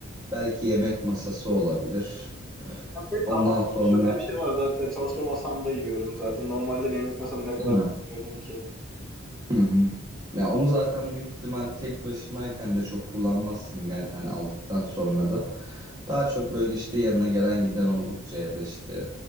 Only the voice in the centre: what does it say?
Evet
ama burada
şöyle bir şey var zaten. Çalışma masamda yiyorum zaten. Normalde ne yemek masamı ne kadar
koyuyordum ki.